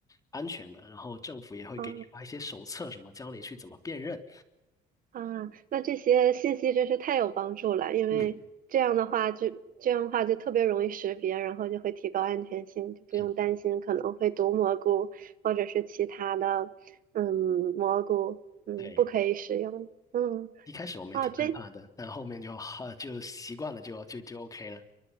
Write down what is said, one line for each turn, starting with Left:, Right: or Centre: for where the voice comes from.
Left: 安全的。然后政府也会给你发一些手册，
Right: 啊
Left: 什么教你去怎么辨认。
Right: 啊，那这些信息真是太有帮助了，因为这样的话就这样的话就特别容易识别，
Left: 嗯，
Right: 然后就会提高安全性，就不用担心可能会毒蘑菇或者是其他的，
Left: 是的，
Right: 嗯，蘑菇，嗯，
Left: 对。
Right: 不可以使用。嗯，
Left: 一开始我们也挺害怕的，
Right: 啊，这
Left: 但后面就哈就习惯了就，就就 OK 了。